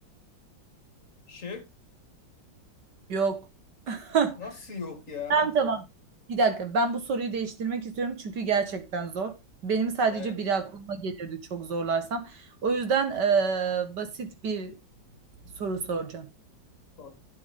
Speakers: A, on the left; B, on the right.
A: Şık.
B: Yok. <laughs>
A: Nasıl yok ya?
B: Tamam tamam. Bir dakika, ben bu soruyu değiştirmek istiyorum çünkü gerçekten zor. Benim sadece
A: Evet.
B: biri aklıma gelirdi çok zorlarsam. O yüzden ee, basit bir soru soracağım.
A: Sor.